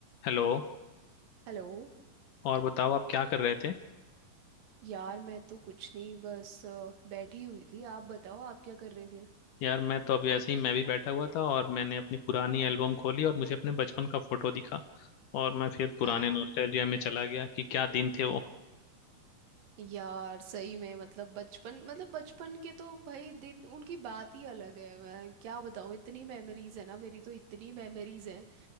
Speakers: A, on the left; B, on the right.
A: Hello
B: Hello
A: और बताओ आप क्या कर रहे थे
B: यार मैं तो कुछ नहीं बस अ, बैठी हुई थी आप बताओ आप क्या कर रहे थे
A: यार मैं तो अभी ऐसे ही मैं भी बैठा हुआ था और मैंने अपनी पुरानी एल्बम खोली और मुझे अपने बचपन का फोटो दिखा और मैं फिर पुराने
B: अ,
A: नॉस्टैल्जिया में चला गया कि क्या दिन थे वो
B: यार सही में मतलब बचपन मतलब बचपन के तो भाई दिन उनकी बात ही अलग है मैं क्या बताऊँ इतनी मेमोरीज है ना मेरी तो इतनी मेमोरीज हैं